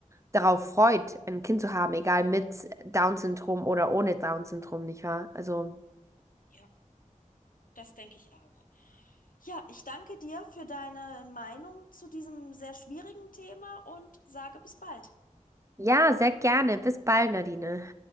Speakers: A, on the right; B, on the left.
A: darauf freut, ein Kind zu haben, egal mit Down-Syndrom oder ohne Down-Syndrom, nicht wahr? Also,
B: Ja, das denke ich auch. Ja, ich danke dir für deine Meinung zu diesem sehr schwierigen Thema und sage bis bald.
A: ja, sehr gerne. Bis bald, Nadine.